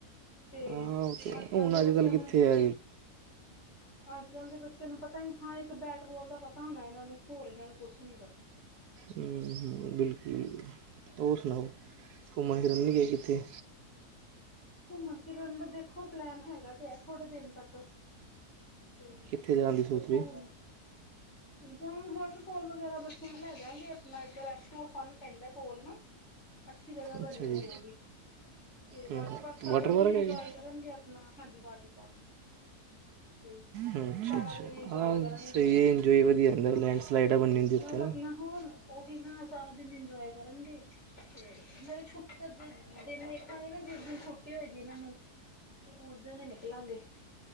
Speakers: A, on the left; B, on the right.
A: ਤੇ
B: ਹਾਂ ਤੇ
A: ਅੱਜ ਕੱਲ੍ਹ
B: ਹੁਣ
A: ਦੇ ਬੱਚਿਆਂ
B: ਅਜ-ਕੱਲ੍ਹ ਕਿੱਥੇ ਐ
A: ਅੱਜ-ਕੱਲ ਦੇ ਬੱਚਿਆਂ ਨੂੰ ਪਤਾ ਈ ਹਾਂ ਇੱਕ ਬੈਟਬੋਲ ਦਾ ਪਤਾ, ਹੋਣਾ ਏਨਾਂ ਨੂੰ ਹੋਰ ਏਨਾਂ ਨੂੰ ਕੁਛ ਨੀ ਪਤਾ।
B: ਹੂੰ ਬਿਲਕੁਲ ਬਿਲਕੁਲ ਹੋਰ ਸੁਣਾਓ? ਘੁੰਮਣ ਫਿਰਨ ਨੀ ਗਏ ਕਿੱਥੇ?
A: ਘੁੰਮਣ ਫਿਰਨ ਦਾ ਦੇਖੋ ਪਲੈਨ ਹੈਗਾ ਤੇ ਐ ਥੋੜੇ ਦਿਨ ਤੱਕ, ਤੇ
B: ਕਿੱਥੇ ਜਾਣ ਦੀ ਸੋਚ
A: ਦੇਖੋ
B: ਰਹੇ
A: ਹੁਣ। ਜਾਵਾਂਗੇ, ਵਾਟਰਫੋਲ ਵਗੈਰਾ ਬੱਚਿਆਂ ਨੂੰ ਲੇਜਾਂਗੇ ਆਪਣਾ ਇੱਧਰ ਐਚ <unintelligible> ਓ ਫੋਨ ਪੈਂਦਾ ਕੋਲ ਨਾ ਅੱਛੀ ਜਗ੍ਹਾ
B: ਅੱਛਾ
A: ਬਣੀ ਹੋਈ
B: ਜੀ
A: ਐ ਓ ਵੀ, ਤੇ
B: ਹੂੰ
A: ਵਾਟਰ
B: ਹੂੰ
A: ਪਾਰਕ ਸਾਰਾ
B: ਵਾਟਰ
A: ਦਿਨ
B: ਪਾਰਕ
A: ਇੰਜੋਏ
B: ਹੈਗੇ
A: ਕਰਨਗੇ, ਆਪਣਾ ਹਾਂਜੀ ਵਾਟਰ ਪਾਰਕ ਤੇ
B: ਹੂੰ ਅੱਛਾ
A: ਸਾਰਾ
B: ਅੱਛਾ
A: ਦਿਨ ਇੰਜੋਏ
B: ਹਾਂ
A: ਕਰਨਗੇ,
B: ਸਹੀ ਹੈ ਇੰਜੋਏ ਵਧੀਆ ਹੁੰਦਾ ਲੈਂਡ ਸਲਾਈਡਾਂ ਬਣੀ ਹੁੰਦੀ ਉੱਥੇ
A: ਮ
B: ਨਾ
A: ਆਪਣਾ ਹੋਰ ਓਹੀ ਨਾ ਸਾਰਾ ਦਿਨ ਇੰਜੋਏ ਕਰਨਗੇ ਤੇ <unintelligible> ਤਾਂ ਛੁੱਟੀ ਦਿਨ ਵੇਖਾਂਗੇ ਨਾ ਜਿਸ ਦਿਨ ਛੁੱਟੀ ਹੋਏਗੀ ਏਨਾਂ ਨੂੰ ਤੇ ਉਸ ਦਿਨ ਈ ਨਿਕਲਾਂਗੇ।